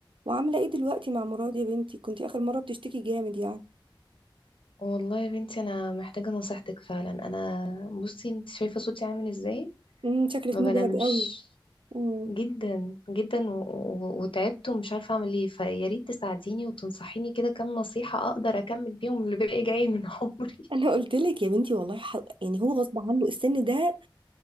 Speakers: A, on the right; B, on the left.
A: وعاملة ايه دلوقتي مع مراد يا بنتي كنتي اخر مرة بتشتكي جامد يعني
B: والله يا بنتي انا محتاجه نصيحتك فعلا انا بصي انت شايفه صوتي عامل ازاي
A: امم شكلك
B: ما
A: مجهد
B: بنامش
A: قوي امم
B: جدا جدا و... و... وتعبت ومش عارفه اعمل ايه فيا ريت تساعديني وتنصحيني كده كام نصيحه اقدر اكمل بيهم اللي باقي جاي من <laughs> عمري
A: انا قلت لك يا بنتي والله ح... يعني هو غصب عنه السن ده